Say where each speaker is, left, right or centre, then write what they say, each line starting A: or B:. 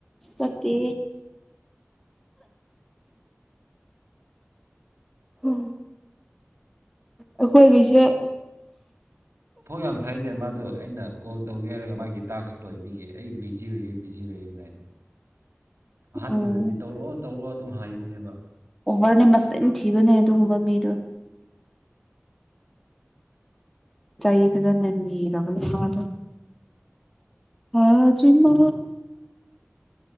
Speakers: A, in the centre; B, on the right.
A: ꯆꯠꯇꯦ ꯎꯝ ꯑꯩꯈꯣꯏꯒꯤꯁꯦ
B: ꯐꯣ ꯌꯥꯝ ꯁꯥꯏꯅꯦ ꯃꯥꯗꯣ ꯑꯩꯅ ꯀꯣꯜ ꯇꯧꯒꯦ ꯍꯥꯏꯔꯒ ꯃꯥꯒꯤ ꯇꯥꯛꯁ ꯂꯣꯏꯕꯤꯒꯦ ꯑꯩ ꯕꯤꯖꯤ ꯑꯣꯏꯒꯦ ꯕꯤꯖꯤ ꯑꯣꯏꯒꯦ ꯀꯥꯏꯅ
A: ꯎꯝ
B: ꯑꯍꯥꯟꯕꯗꯗꯤ ꯇꯧꯔꯛꯑꯣ ꯇꯧꯔꯣ ꯑꯗꯨꯝ ꯍꯥꯏꯕꯅꯦꯕ
A: ꯑꯣꯚꯔꯅꯦ ꯃꯆꯤꯟ ꯊꯤꯕꯅꯦ ꯑꯗꯨꯒꯨꯝꯕ ꯃꯤꯗꯣ ꯆꯩ ꯐꯖꯅ ꯅꯤꯔꯕꯅꯦ ꯃꯥꯗꯣ ꯐꯥꯖꯤꯃꯥ